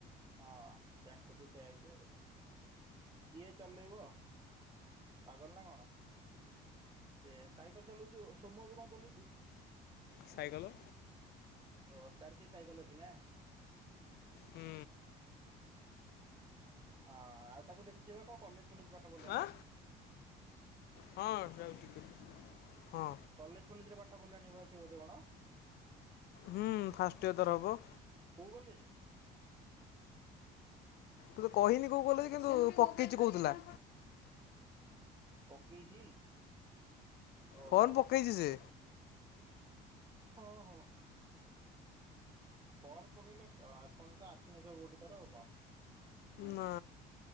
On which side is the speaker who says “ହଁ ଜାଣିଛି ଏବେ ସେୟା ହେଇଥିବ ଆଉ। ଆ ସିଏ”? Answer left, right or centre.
Right